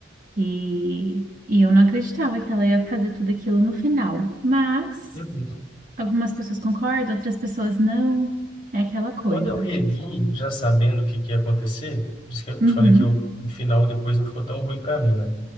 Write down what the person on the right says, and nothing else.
E, e eu não acreditava que ela ia fazer tudo aquilo no final. Mas
algumas pessoas concordam, outras pessoas não. É aquela coisa.
Uhum.